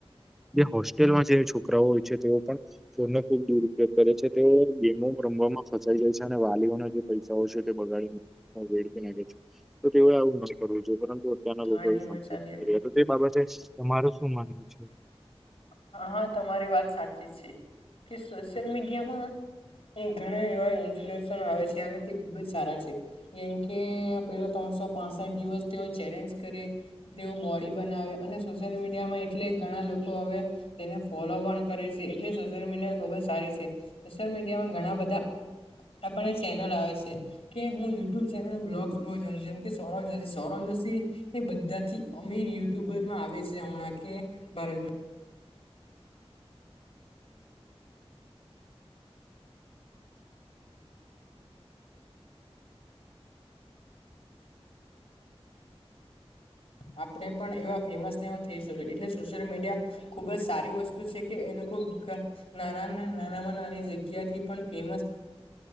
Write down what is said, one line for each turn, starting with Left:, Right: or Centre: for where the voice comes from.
Centre: જે હોસ્ટેલમાં જે છોકરાઓ હોય છે, તેઓ પણ છોરને ખુબ દુરુપયોગ કરે છે તેઓ ગેમો રમવામાં ફસાઈ જાય છે અને વાલીઓને બી પૈસાઓ છે તે બગાડી વેડફી નાખે છું તો તેઓએ આવું ન કરવું જો પરંતુ તાના
Left: ગાંડી
Centre: લોકો એ સમજી
Left: મચાલી
Centre: શકે તો તે બાબતે તમાર શું માનવું છે?
Left: હા હા, તમારી વાત સાચી છે કે સોશિયલ મીડિયામાં એ ઘણા એવા ઇન્ફલેશન આવે છે આનાથી ખુબ જ સારા છે જેમ કે પેલો ત્રણસો પાસેઠ દિવસ તેઓ ચેલેન્જ કરે. તેઓ બોડી બનાવે અને સોશિયલ મીડિયામાં એટલે ઘણા લોકો હવે તેને ફોલો પણ કરે છે. એટલે સોશિયલ મીડિયા ખુબ જ સારી છે. સોશિયલ મીડિયામાં ઘણાં બધાં આપણે ચેનલ આવે છે, કે હું યુટ્યુબ ચેનલ બ્લોગસ બો જેમ કે સૌરવ જોશી સૌરવ જોશી તે એ બધાંથી અમીર યુટુબરમાં આવે છે અમણાં કે ભારત આપડે પણ એવા ફેમસને એવું થેય શકે એટલે સોશિયલ મીડિયા ખુબ જ સારી વસ્તુ છે કે એ લોકો ગા નાના ને નાનામાં નાની જગ્યાથી પણ ફેમસ